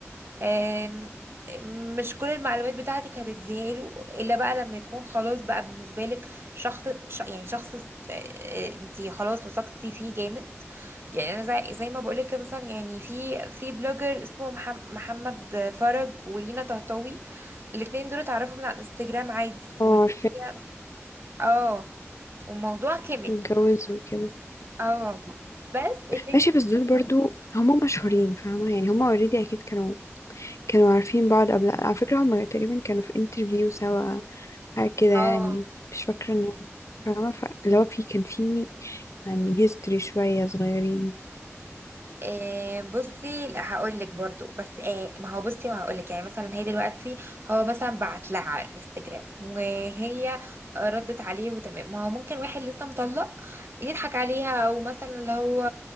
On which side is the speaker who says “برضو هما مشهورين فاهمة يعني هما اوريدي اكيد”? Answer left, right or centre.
Left